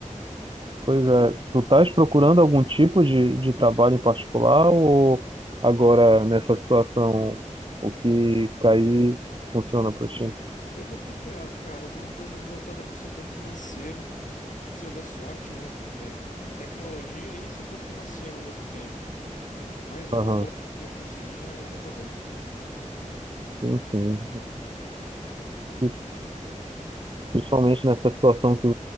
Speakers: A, on the right (about 40°); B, on the left (about 75°).
A: Pois é,
B: Pode falar.
A: tu estás procurando algum tipo de, de trabalho em particular ou agora nessa situação o que cair funciona para ti?
B: Eu vou procurar, cara, alguma coisa voltada para o setor financeiro, se eu der sorte, né? É, tecnologia e setor financeiro ao mesmo tempo. Mais um
A: Aham,
B: ou outro que eu conseguir já, já tá bom.
A: sim, sim. É, e principalmente nessa situação que